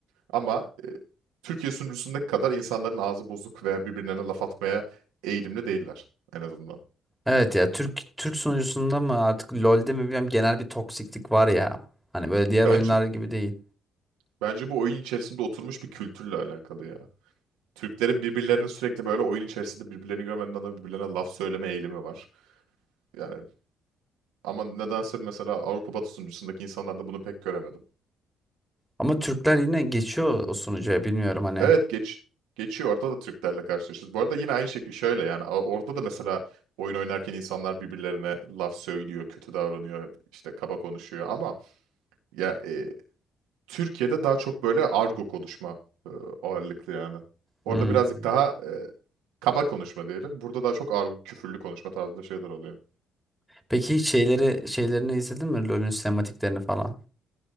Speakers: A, on the right (about 85°); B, in the centre.
A: Ama e, Türkiye sunucusundaki kadar insanların ağzı bozuk veya birbirlerine laf atmaya eğilimli değiller en azından.
B: Evet ya Türk Türk sunucusunda mı artık LoL'de mi bilmiyorum genel bir toksiklik var ya. Hani böyle diğer
A: Bence
B: oyunlar gibi değil.
A: bence bu oyun içerisinde oturmuş bir kültürle alakalı ya. Türklerin birbirlerine sürekli böyle oyun içerisinde birbirlerini görmeden dolayı birbirlerine laf söyleme eğilimi var. Yani ama nedense mesela Avrupa Batı sunucusundaki insanlarda bunu pek göremedim.
B: Ama Türkler yine geçiyor o sunucuya bilmiyorum hani.
A: Evet geç geçiyor orada da Türklerle karşılaşıyoruz. Bu arada yine aynı şekilde şöyle yani a- orada da mesela oyun oynarken insanlar birbirlerine laf söylüyor, kötü davranıyor, işte kaba konuşuyor ama ya e, Türkiye'de daha çok böyle argo konuşma e, ağırlıklı yani. Orada
B: Hmm.
A: birazcık daha e, kaba konuşma diyelim. Burada daha çok argo küfürlü konuşma tarzında şeyler oluyor.
B: Peki hiç şeyleri şeylerini izledin mi LoL'ün sinematiklerini falan?